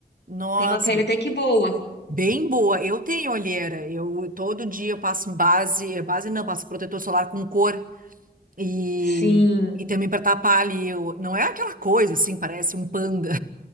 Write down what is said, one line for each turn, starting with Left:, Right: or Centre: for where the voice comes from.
Right: Nossa,
Left: Tem uma pele até que boa.
Right: bem boa. Eu tenho olheira. Eu todo dia eu passo base, base não, passo protetor solar com cor e,
Left: Sim,
Right: e também para tapar ali. Eu, não é aquela coisa assim, parece um panda.